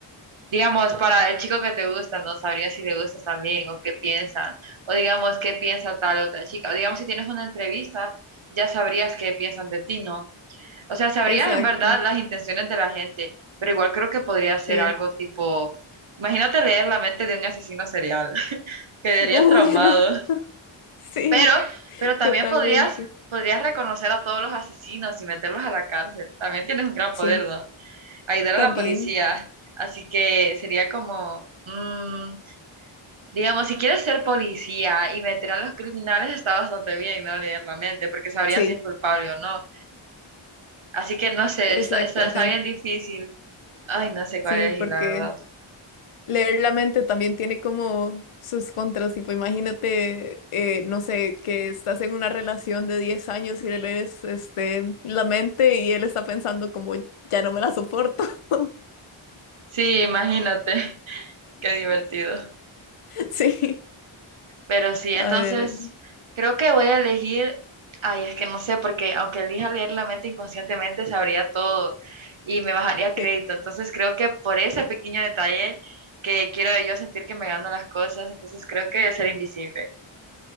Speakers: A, on the right; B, on the left.
A: Digamos, para el chico que te gusta, no sabría si le gustas también o qué piensan, o digamos qué piensa tal otra chica. O digamos, si tienes una entrevista, ya sabrías qué piensan de ti, ¿no? O sea, sabrías
B: exacto.
A: en verdad las intenciones de la gente, pero igual creo que podría ser
B: Sí.
A: algo tipo, imagínate leer la mente de un asesino serial, <laughs> quedarías
B: <laughs> Uy,
A: traumado.
B: no. Sí,
A: Pero, pero también
B: totalmente.
A: podrías, podrías reconocer a todos los asesinos y meterlos a la cárcel. También tienes un gran
B: Sí,
A: poder, ¿no? Ayudar
B: también.
A: a la policía. Así que sería como, mm, digamos, si quieres ser policía y meter a los criminales, está bastante bien, ¿no? Leer la mente, porque sabrías
B: Sí,
A: si es culpable o no. Así que no sé,
B: exactamente.
A: está, está, está bien difícil. Ay, no sé cuál
B: Sí,
A: elegir,
B: porque
A: la verdad.
B: leer la mente también tiene como sus contras. Tipo, imagínate, eh, no sé, que estás en una relación de 10 años y le lees este, la mente y él está pensando como, ya no me la soporto. <laughs>
A: Sí, imagínate, <laughs> qué divertido.
B: Sí,
A: Pero sí, entonces
B: a ver,
A: creo que voy a elegir, ay, es que no sé, porque aunque elija leer la mente inconscientemente, sabría todo y me bajaría
B: sí,
A: crédito. Entonces creo que por ese pequeño detalle que quiero yo sentir que me gano las cosas, entonces creo que ser invisible.